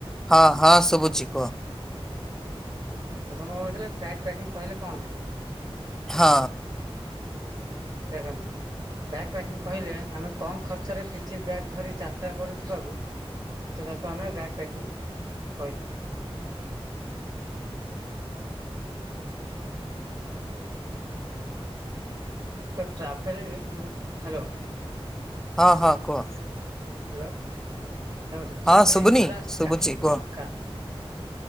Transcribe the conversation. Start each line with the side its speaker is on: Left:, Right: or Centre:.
Centre: ହଁ ହଁ ସଭୁଛି କୁହ।
Right: ଆପଣ କଣ କହୁଥିଲେ ବଗ୍ ପ୍ୟାକିଂ କହିଲେ କଣ ବୁଝାଅ।
Centre: ହଁ।
Right: ଦେଖନ୍ତୁ। ବ୍ୟାଗ୍ ପ୍ୟାକିଂ କହିଲେ ଆମେ କମ୍ ଖର୍ଚ୍ଚରେ ପିଠି ବ୍ୟାଗ୍ ଧରି ଯାତ୍ରା କରୁ ଥିବାକୁ। ତ ତାକୁ‌ ଆମେ ବ୍ୟାଗ୍ ପ୍ୟାକିଂ କଇ ଥାଉ। ତ ଟ୍ରାଭେଲ ଇଂ ହାଲୋ।
Centre: ହଁ ହଁ କୁହ।
Right: ହ୍ୟାଲୋ ଦେଖନ୍ତୁ
Centre: ହଁ
Right: ଟ୍ରାଭେଲ
Centre: ଶୁଭୁନି
Right: ଇନ୍ସୁରାନ୍ସ
Centre: ଶୁଭୁଛି
Right: କାହିଁକି
Centre: କୁହ।
Right: ଦରକାର।